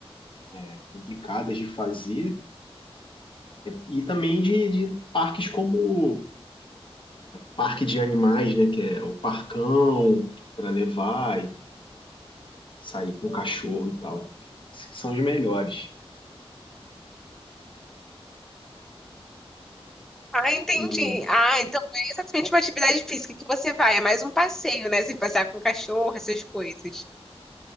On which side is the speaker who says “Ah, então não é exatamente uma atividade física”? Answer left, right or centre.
Centre